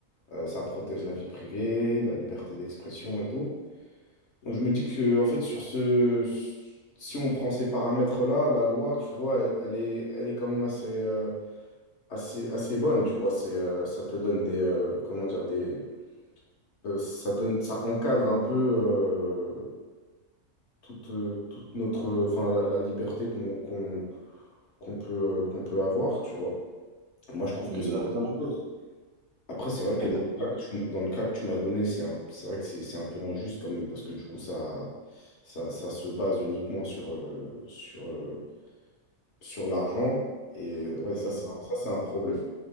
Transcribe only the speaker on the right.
Exactement,
exactement.
Mmh.